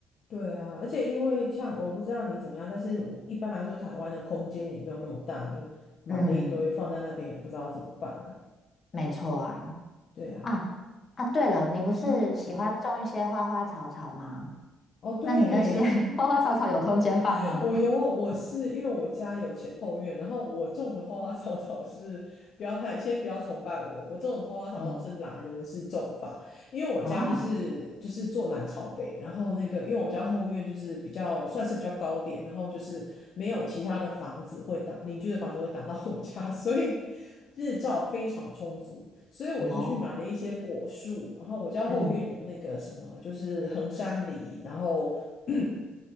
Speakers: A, on the left; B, on the left.
A: 对啊，而且因为像我不知道你怎么样，但是我一般来说台湾的空间也没有那么大，你买了一堆放在那边也不知道怎么办啊，
B: 嗯，没错啊。
A: 对啊，
B: 啊啊，对了，你不是喜欢种一些花花草草吗？
A: 嗯。哦，对，
B: 那你那些 <laughs> 花花草草有空间放吗？
A: <laughs> 我有，我是因为我家有前后院，然后我种的花花草草是不要太，先不要崇拜我，我种的花花草草是懒人式种法，
B: 嗯
A: 因为我家就是就是坐南朝北，
B: 哦。
A: 然后那个因为我家后院就是比较算是比较高点，然后就是没有其他的房子会挡，邻居的房子会挡到我家，<laughs> 所以日照非常充足，所以我就去买了一些果树，
B: 哦，
A: 然后我家后院有那个什么就是衡山梨，
B: 嗯
A: 然后 <clears throat>